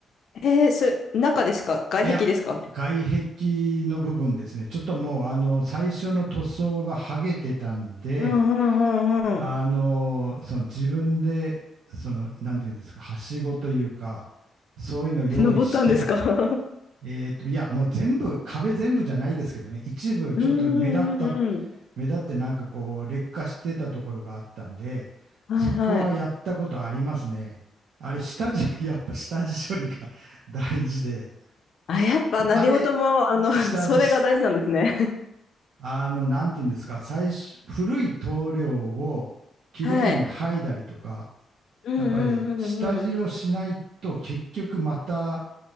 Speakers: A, on the left; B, on the right.
A: えー、それ、中ですか外壁ですか
B: いや、外壁の部分ですね。ちょっともう、あの、最初の塗装が剥げてたんで、
A: うんうんうんうん。
B: あの、その自分で、その、なんていうんですか、はしごというか、そういうの用意して、
A: 登ったんですか <laughs>
B: えっと、いや、もう全部、壁全部じゃないですけどね、一部ちょっと目立った、
A: うんうんうんうん。
B: 目立ってなんかこう、劣化してたところがあったんで、
A: はいはい。
B: そこはやったことありますね。あれ、下地、<laughs> やっぱ下地処理が <laughs> 大事で、
A: あ、やっぱ何事も、
B: あれ、
A: あの、
B: 下地
A: <laughs> それが大事なんですね。
B: あの、なんていうんですか、最初、古い棟梁をきれいに剥いだりとか、
A: はい。うん
B: やっぱり下地をしないと結局また
A: うんうんうん。